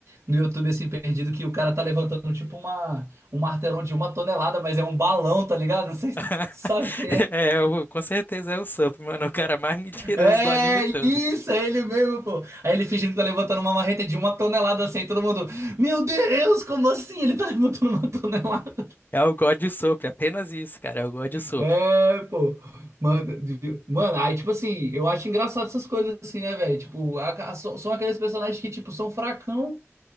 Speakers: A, on the right; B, on the left.
A: no YouTube, assim, perdido, que o cara tá levantando, tipo, uma, um martelão de uma tonelada, mas é um balão, tá ligado? Não sei se
B: <laughs>
A: tu sabe quem é.
B: É, eu- com certeza é o Sup, mano, o cara mais <laughs> mentiroso
A: É,
B: do anime todo.
A: isso, é ele mesmo, pô. Aí ele fingindo que tá levantando uma marreta de uma tonelada, assim, aí todo mundo, meu Deus, como assim? Ele tá levantando uma tonelada.
B: É o God Soap, apenas isso, cara. É o God Soap.
A: É, pô. Mano, de- mano, aí, tipo assim, eu acho engraçado essas coisas assim, né, velho? Tipo, a- a- so- são aqueles personagens que, tipo, são fracão